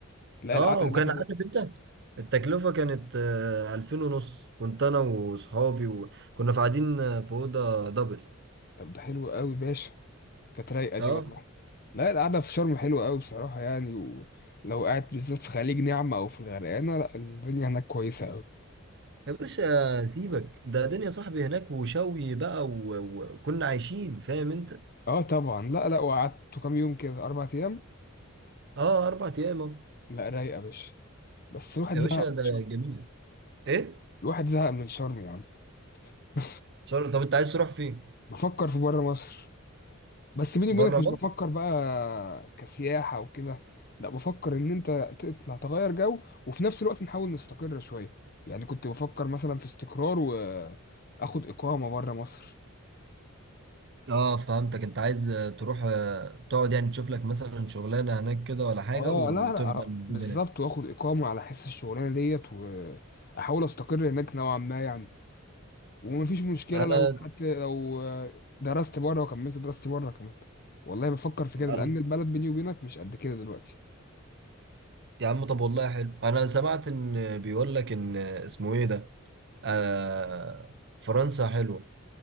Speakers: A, on the left; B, on the right.
A: لا
B: اه
A: القعدة
B: وكان
A: هناك رايق
B: عارف انت التكلفة كانت آه، ألفين ونص كنت أنا وصحابي وكنا في قاعدين آه، في أوضة دبل
A: طب ده حلو قوي باشا كانت رايقة دي
B: اه
A: والله لا القعدة في شرم حلوة قوي بصراحة يعني ولو قاعد بالذات في خليج نعمة او في الغرقانة لا الدنيا هناك كويسة قوي
B: يا باشا سيبك ده دنيا صاحبي هناك وشوي بقى و- و- وكنا عايشين فاهم انت
A: اه طبعا لا لا وقعدت كام يوم كده اربع ايام
B: اه اربع ايام اهو
A: لا رايقه يا باشا بس الواحد
B: يا
A: زهق
B: باشا
A: من
B: ده
A: شرم
B: جميل ايه
A: الواحد زهق من شرم يا عم <laughs>
B: شهر طب انت عايز تروح فين
A: بفكر في بره مصر بس بيني وبينك
B: بره
A: مش
B: مصر
A: بفكر بقى كسياحه وكده لا بفكر ان انت تطلع تغير جو وفي نفس الوقت نحاول نستقر شويه يعني كنت بفكر مثلا في استقرار واخد اقامه بره مصر
B: اه فهمتك انت عايز آه، تروح آه، تقعد يعني تشوف لك مثلا شغلانه هناك كده ولا حاجه
A: اه
B: وتفضل
A: لا لا
B: موجود
A: بالظبط
B: هناك
A: واخد اقامه على حس الشغلانه ديت واحاول استقر هناك نوعا ما يعني ومفيش مشكله
B: انا
A: لو خدت لو درست بره وكملت دراستي بره كمان والله بفكر في
B: أنا-
A: كده لان البلد بيني وبينك مش قد كده دلوقتي
B: يا عم طب والله حلو انا سمعت ان بيقول لك ان آه، اسمه ايه ده آه فرنسا حلوه